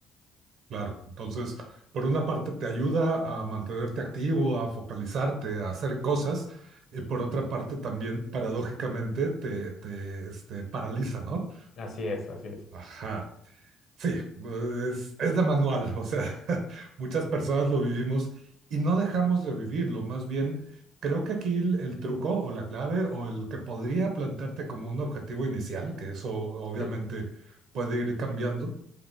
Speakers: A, on the right; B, on the left.
A: Claro, entonces, por una parte te ayuda a mantenerte activo, a focalizarte, a hacer cosas, y por otra parte también, paradójicamente, te, te, este, paraliza, ¿no?
B: Así es, así es.
A: Ajá. Sí, es, es de manual, o sea, <laughs> muchas personas lo vivimos y no dejamos de vivirlo, más bien creo que aquí el, el truco o la clave o el que podría plantearte como un objetivo inicial, que eso obviamente
B: Sí.
A: puede ir cambiando,